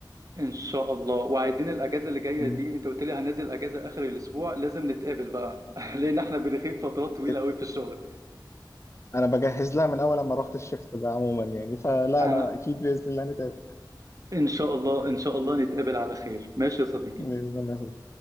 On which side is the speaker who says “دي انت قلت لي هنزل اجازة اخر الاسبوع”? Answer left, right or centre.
Right